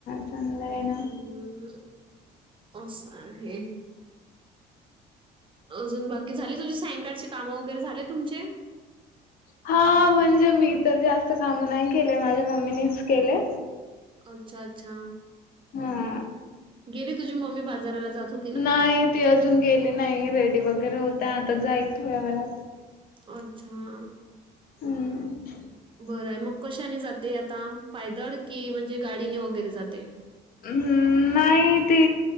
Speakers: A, on the left; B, on the right.
A: चांगंल आहे ना.
B: हम् अससा आहे. अजून बाकी झाले तुझी सायंकाळचे काम वगैरे झाले तुमचे.
A: हा म्हणजे मी तर जास्त काम नाही केले माझ्या मम्मीनीच केले.
B: अच्छा अच्छा.
A: हम.
B: गेली तुझी मम्मी बाजाराला जात हो
A: नाही ती अजून गेली नाही रेडी वगैरे होतय आता जाईल थोड्या वेळात.
B: अच्छा.
A: हम्म.
B: बरं आहे मग कशाने जाते आता पायदळ की म्हणजे गाडीने वगैरे जाते.
A: हम् नाही ते